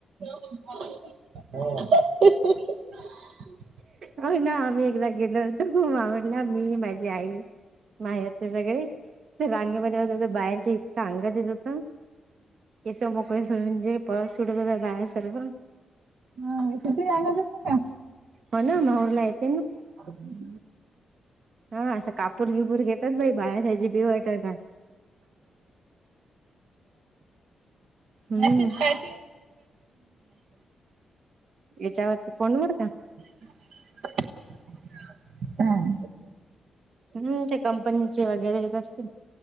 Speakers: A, on the right (about 80°); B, on the right (about 60°).
A: हो
B: हो ना आम्ही एकदा गेलो होतो. मावडला मी माझी आई. माहेरचे सगळे रांगेमध्ये होते तर बायांच्या इतका अंगात येत होता. केस मोकळे सडून जे पळस सुटत हो बाहेर सर्व.
A: हा विसती यांंगल का?
B: हो ना माहूर ला येते ना.
A: <unintelligible>
B: हा असं कापूर किपूर घेतात बाई बाहेर ह्याची बी वाटल का हम्म
A: मेसेज पाहिजे
B: याच्यावरती फोन वर का
A: <unintelligible> हम्म
B: हम्म त्या कंपनीचे वगैरे येत असतील